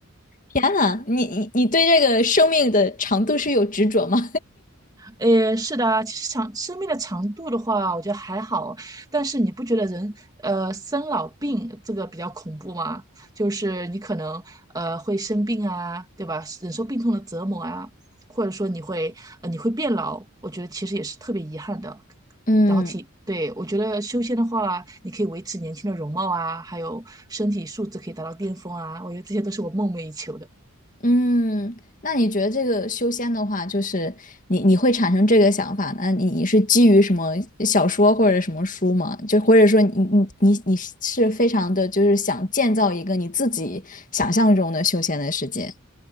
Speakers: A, on the left; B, on the right.
A: 天呐，你你你对这个生命的长度是有执着吗？
B: 诶，是的啊，其实长生命的长度的话，我觉得还好，但是你不觉得人呃生老病这个比较恐怖吗？就是你可能呃会生病啊，对吧？忍受病痛的折磨啊，或者说你会呃你会变老，我觉得其实也是特别遗憾的。
A: <laughs> 嗯。
B: 然后体，对，我觉得修仙的话，你可以维持年轻的容貌啊，还有身体素质可以达到巅峰啊，我觉得这些都是我梦寐以求的。
A: 嗯，那你觉得这个修仙的话，就是你你会产生这个想法，那你你是基于什么小说或者什么书吗？就或者说你你你你是非常的就是想建造一个你自己想象中的修仙的世界？